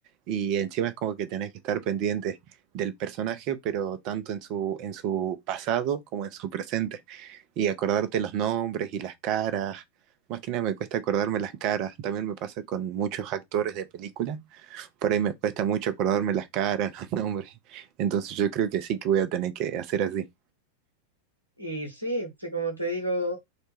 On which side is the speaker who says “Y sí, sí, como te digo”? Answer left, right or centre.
Right